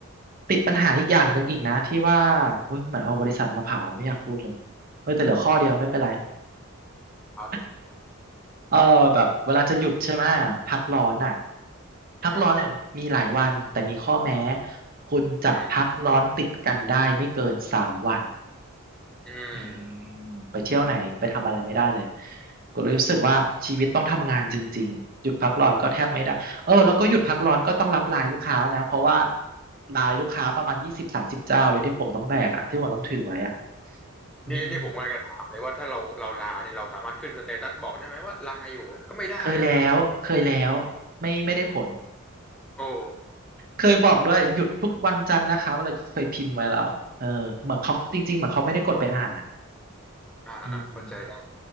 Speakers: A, on the right (about 45°); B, in the centre.
A: ติดปัญหาอีกอย่างหนึ่งอีกนะที่ว่าเฮ้ยเหมือนเอาบริษัทมาเผาไม่อยากพูดเลย เฮ้ยแต่เหลือข้อเดียวไม่เป็นไร <laughs>
B: ครับ
A: เออแบบเวลาจะหยุดใช่ไหมพักร้อนอ่ะพักร้อนอ่ะมีหลายวันแต่มีข้อแม้
B: อ่า
A: คุณจะพักร้อนติดกันได้ไม่เกินสามวัน
B: อืมอื
A: อืม
B: ม
A: ไปเที่ยวไหนไปทำอะไรไม่ได้เลยก็เลยรู้สึกว่าชีวิตต้องทำงานจริงๆหยุดพักร้อนก็แทบไม่ได้เออแล้วก็หยุดพักร้อนก็ต้องรับไลน์ลูกค้านะเพราะว่าไลน์ลูกค้าประมาณยี่สิบสามสิบเจ้าเลยที่ผมต้องแบกอะที่ผมต้องถือไว้อะอืม
B: นี่นี่ผมกำลังจะถามเลยว่าถ้าเราเราลาเนี่ยเราสามารถขึ้นสเตตัสบอกได้ไหมว่าลาอยู่ก็ไม่ได้เนาะ
A: เคยแล้วเคยแล้วไม่ไม่ได้ผล
B: โอ้
A: เคยบอกด้วยหยุดทุกวันจันทร์นะคะอะไรก็เคยพิมพ์ไว้แล้วเออเหมือนเขาจริงๆเหมือนเขาไม่ได้กดไปอ่านอ่ะ
B: อ่าอ่าเข้าใจได้
A: อืม